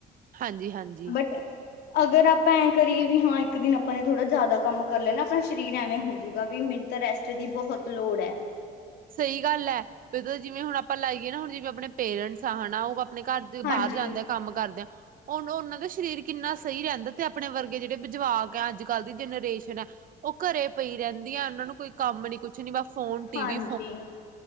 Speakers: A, on the right; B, on the left.
A: ਹਾਂਜੀ ਹਾਂਜੀ।
B: ਬਟ ਅਗਰ ਆਪਾਂ ਐਂ ਕਰੀਏ ਵੀ ਹਾਂ ਇੱਕ ਦਿਨ ਆਪਾਂ ਨੇ ਥੋੜ੍ਹਾ ਜ਼ਿਆਦਾ ਕੰਮ ਕਰ ਲੈਣਾ ਆਪਣਾ ਸਰੀਰ ਐਵੇਂ ਹੋਜੂਗਾ ਵੀ ਮੈਨੂੰ ਤਾਂ ਰੈਸਟ ਦੀ ਬਹੁਤ ਲੋੜ ਹੈ।
A: ਸਹੀ ਗੱਲ ਹੈ ਵੀ <unintelligible> ਜਿਵੇਂ ਹੁਣ ਆਪਾਂ ਲਾਈਏ ਨਾ ਹੁਣ ਜਿਵੇਂ ਆਪਣੇ ਪੇਰੈਂਟਸ ਆ ਹਨਾ ਉਹ ਆਪਣੇ ਘਰ ਦੇ
B: ਹਾਂਜੀ
A: ਬਾਹਰ ਜਾਂਦੇ ਆ ਕੰਮ ਕਰਦੇ ਆਂ ਉਹ ਉਹਨਾਂ ਦਾ ਸਰੀਰ ਕਿੰਨਾ ਸਹੀ ਰਹਿੰਦਾ ਤੇ ਆਪਣੇ ਵਰਗੇ ਜਿਹੜੇ ਵੀ ਜਵਾਕ ਹੈ ਅੱਜ ਕੱਲ੍ਹ ਦੀ ਜਨਰੇਸ਼ਨ ਹੈ। ਉਹ ਘਰੇ ਪਈ ਰਹਿੰਦੀਆਂ ਉਹਨਾਂ ਨੂੰ ਕੋਈ ਕੰਮ ਨੀ ਕੁਛ ਨੀ ਬ ਫੋਨ ਟੀਵੀ
B: ਹਾਂਜੀ